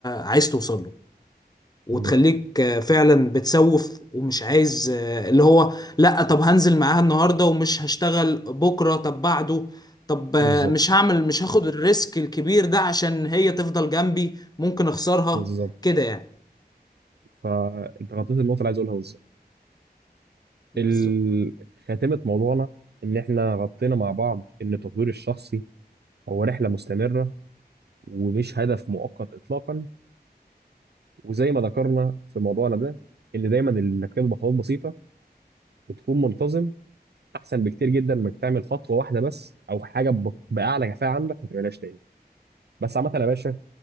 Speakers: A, on the left; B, on the right.
A: عايز توصل له وتخليك
B: مم.
A: آه فعلا بتسوف ومش عايز آه اللي هو لا طب هنزل معاها النهارده ومش هشتغل بكره طب بعده طب آه
B: بالظبط
A: مش هعمل مش هاخد الريسك الكبير ده عشان هي تفضل جنبي ممكن اخسرها
B: بالظبط
A: كده يعني
B: فانت غطيت النقطه اللي عايز اقولها بالظبط
A: بالظبط
B: ال- خاتمه موضوعنا ان احنا غطينا مع بعض ان التطوير الشخصي هو رحله مستمره ومش هدف مؤقت اطلاقا وزي ما ذكرنا في موضوعنا ده ان دايما انك تبدا بخطوات بسيطه وتكون منتظم احسن بكتير جدا من انك تعمل خطوه واحده بس او حاجه ب- باعلى كفاءه عندك ما تعملهاش تاني بس عامه يا باشا